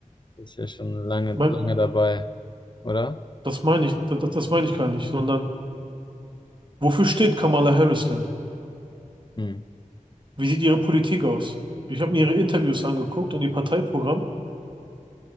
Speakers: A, on the left (about 35°); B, on the right (about 35°).
A: Ist ja schon lange,
B: Mein,
A: lange dabei, oder?
B: das meine ich, das, das meine ich gar nicht, sondern wofür steht Kamala Harris denn?
A: Hm.
B: Wie sieht Ihre Politik aus? Ich habe mir Ihre Interviews angeguckt und Ihr Parteiprogramm.